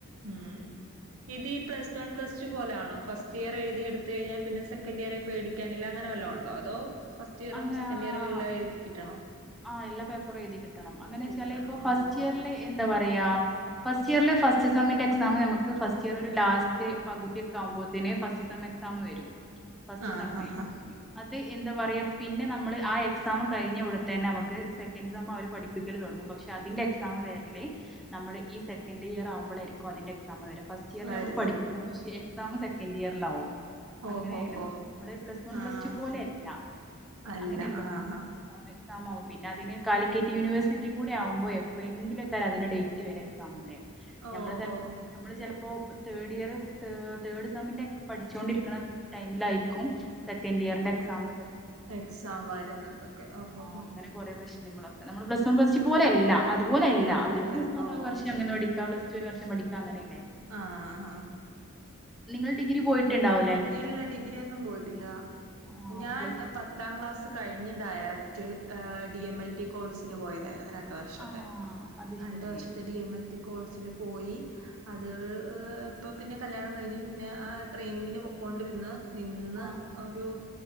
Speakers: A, on the right (about 70°); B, in the centre.
A: ഉം ഇതീ plus one plus plus two പോലാണോ ഫസ്റ്റിയർ എഴുതി എടുത്ത് കഴിഞ്ഞാ പിന്നെ സെക്കൻഡിയറീ പേടിക്കാനില്ല അങ്ങന വല്ലോ ഒണ്ടോ അതോ ഫസ് ഫസ്റ്റിയറും
B: അങ്ങനെ
A: സെക്കന്റിയറും
B: ആ
A: എല്ലാ എഴുതി കിട്ടണോ
B: ആഹ് എല്ലാ പേപ്പറും എഴുതി കിട്ടണം അങ്ങനെ
A: കിട്ടണം
B: വെച്ചാല് ഇപ്പോ
A: ഓ
B: ഫസ്റ്റിയർല്
A: ഓക്കെ
B: എന്താ- പ്രിയ ഫസ്റ്റിയറില് ഫസ്റ്റ് സെമ്മിന്റെ എക്സാം നമ്മക്ക് ഫസ്റ്റിയർ ഒര് ലാസ് റ്റ് പകുതിയൊക്ക ആവുംമ്പോത്തേന് ഫസ്റ്റ് സെം എക്സാം വെരും ഫസ്റ്റ്
A: ആഹ്
B: സെമ്മേ
A: ഹാ ഹാ
B: അത് എന്താ പറയാ പിന്നെ നമ്മള് ആ എക്സാം കഴിഞ്ഞാ ഉടൻ തന്നെ നമുക്ക് സെക്കൻ സെം അവര് പഠിപ്പിക്കല് തൊടങ്ങും പക്ഷെ അതിന്റെ എക്സാം വെരല് നമ്മള് ഈ സെക്കൻഡിയർ ആവുമ്പഴായിരിക്കും അതിന്റെ എക്സാം വെരാ ഫസ് തിയറി
A: വരല്
B: നമ്മൾ പഠിക്കും പക്ഷെ എക്സാം സെക്കൻഡിയറിലാവും
A: ഓഹോ
B: അങ്ങനെയായിരുന്നു
A: ഹോ ഹോ
B: നമ്മളെ പ്ലസ് വൺ
A: ആഹ്
B: പ്ലസ് ടു പോലെയല്ല
A: അല്ല
B: അങ്ങനെയല്ലേ
A: ആഹ് ആഹ്
B: <unintelligible> എക്സാം ആവും പിന്ന അതിന് കാലിക്കെറ്റ് യൂണിവേഴ്സിറ്റിയും കൂടെ ആവുംമ്പോ എപ്പയെങ്കിലക്ക അതിന്റെ ഡേറ്റ് വെര എക്സാമിന്റെ
A: ഓ
B: നമ്മള് ചെലപ്പോ
A: ഓ
B: നമ്മള് ചെലപ്പോ തേർഡിയർ തേർഡ് സെമ്മിൻ്റെ പഠിച്ചോണ്ടിരിക്കണ ടൈമിലായിരിക്കും സെക്കന്റിയറിന്റെ എക്സാമ്
A: എക്സാം വരുന്നതൊക്കെ ഓ ഹൊ
B: ആ
A: ഹൊ
B: അങ്ങനെ കൊറേ പ്രശ്നങ്ങളൊണ്ട് നമ്മള് പ്ലസ് വൺ പ്ലസ് ടു പോലെയല്ല അത് പോലെയല്ല
A: അല്ലല്ല
B: അത് പ്ലസ് വൺ
A: ഓ
B: ഒരു വർഷ അങ്ങനെ പടിക്കാ പ്ലസ് ഒരുമിച്ചു ഒരു വർഷം പഠിക്കാ അങ്ങനെയല്ലേ
A: ആഹ് ആഹ്
B: നിങ്ങൾ ഡിഗ്രി പോയിട്ടുണ്ടാവോ?
A: ഇല്ല ഡിഗ്രിയോന്നും പോയിട്ടില്ല
B: ആ
A: ഞാൻ
B: പ്ലസ്
A: പത്താം ക്ലാസ് കഴിഞ്ഞ് direct D M L T കോഴ്സിന് പോയതായിരുന്നു രണ്ട്- രണ്ട് വർഷത്തെ
B: ആ അത്
A: രണ്ട്
B: ശരി
A: വർഷത്തെ ഡി എം എൽ ടി കോഴ്സിന് പോയി അത് ഇപ്പ പിന്നെ കല്യാണം കഴിഞ്ഞു പിന്നെ ട്രെയിനിങ്ങിന് പോ- കൊണ്ടിരുന്ന് നിന്ന്
B: ആ ആ
A: ഒരു